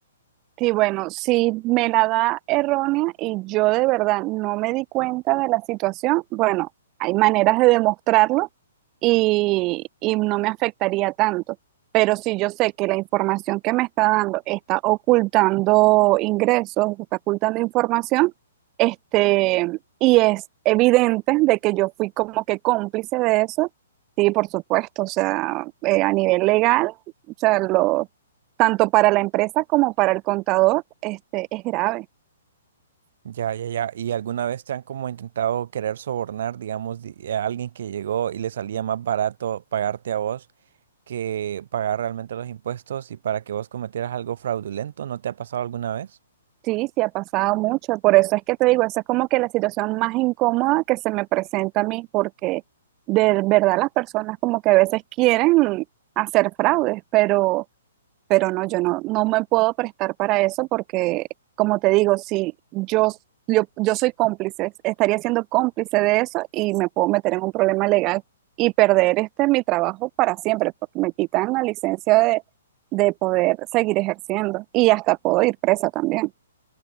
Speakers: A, on the right; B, on the right.
A: Sí, bueno, si me la da errónea y yo de verdad no me di cuenta de la situación, bueno, hay maneras de demostrarlo y, y no me afectaría tanto. Pero si yo sé que la información que me está dando está ocultando ingresos, está ocultando información, este, y es evidente de que yo fui como que cómplice de eso, sí, por supuesto, o sea, eh, a nivel legal, o sea, lo, tanto para la empresa como para el contador, este, es grave.
B: Ya, ya, ya. ¿Y alguna vez te han como intentado querer sobornar, digamos, di- eh, a alguien que llegó y le salía más barato pagarte a vos que pagar realmente los impuestos y para que vos cometieras algo fraudulento? ¿No te ha pasado alguna vez?
A: Sí, sí ha pasado mucho. Por eso es que te digo, esa es como que la situación más incómoda que se me presenta a mí, porque de verdad las personas como que a veces quieren hacer fraudes, pero pero no, yo no, no me puedo prestar para eso porque, como te digo, si yo, yo, yo soy cómplice, estaría siendo cómplice de eso y me puedo meter en un problema legal y perder este mi trabajo para siempre, porque me quitan la licencia de, de poder seguir ejerciendo y hasta puedo ir presa también.